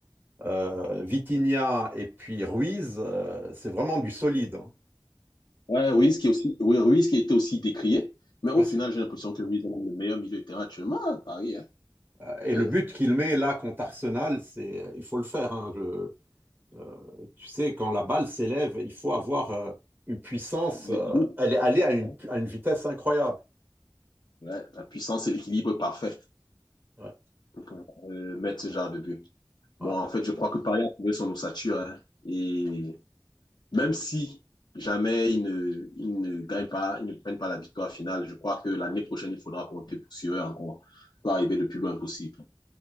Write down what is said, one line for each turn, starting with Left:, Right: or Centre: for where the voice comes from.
Right: euh, Vitinha et puis Ruiz, euh, c'est vraiment du solide. hein.
Left: ouais, Ruiz qui est aussi, oui, Ruiz qui était aussi décrié. Mais au
Right: Aussi.
Left: final, j'ai l'impression que Ruiz est le meilleur milieu de terrain actuellement à Paris. hein.
Right: Euh, Et
Left: Oui,
Right: le but qu'il met là contre Arsenal, c'est, il faut le faire. hein, je- euh, tu sais, quand la balle s'élève, il faut avoir euh, une puissance,
Left: l'équilibre.
Right: euh, elle est allée à une,
Left: Hein.
Right: à une vitesse incroyable.
Left: Ouais, la puissance et l'équilibre parfait
Right: Ouais,
Left: pour pouvoir euh, mettre ce genre de but. Bon,
Right: ouais,
Left: en fait, je crois que Paris a trouvé son ossature hein, et même si jamais ils ne, ils ne gagnent pas, ils ne prennent pas la victoire finale, je crois que l'année prochaine, il faudra compter sur eux encore, pour arriver le plus loin possible.